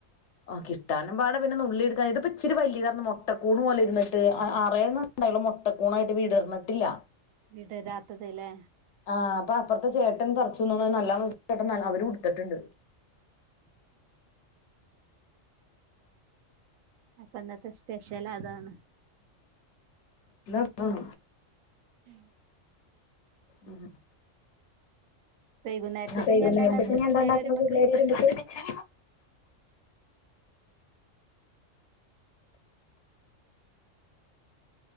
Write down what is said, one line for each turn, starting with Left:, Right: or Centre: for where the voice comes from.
Left: കിട്ടാനും പാട പിന്നെ ഉള്ളിഎടുത്ത ഇതിപ്പ ഇച്ചിരി വല്ലിതാണ് മൊട്ട കൂണ് പോലെ ഇരുന്നിട്ട് ആറേഴെണ്ണവേ ഉണ്ടായുള്ളു മൊട്ട കൂണുവായിട്ട് വിടർന്നിട്ടില്ല
Right: വിടരാത്തത് ഇല്ലേ
Left: ആഹ് അപ്പ അപ്പുറത്തെ ചേട്ടൻ പറിച്ചുന്നതാണ് നല്ല ചേട്ടന്നാൽ അവരും എടുത്തിട്ടുണ്ട്
Right: അപ്പോ ഇന്നത്തെ സ്പെഷ്യൽ അതാണ്.
Left: ആഹ്
Right: ഉം
Left: ഉം
Right: വൈകുന്നേരത്തേക്ക്
Left: വൈകുന്നേരത്തേക്ക്
Right: ഇഞ്ഞ് എന്താ ഇണ്ടാക്ക്ണെ
Left: ഇനി
Right: പിള്ളേര്
Left: എന്താ ഉണ്ടാക്കണത്
Right: വരുമ്പക്ക്
Left: പിള്ളേര് വരുമ്പത്തേക്ക്.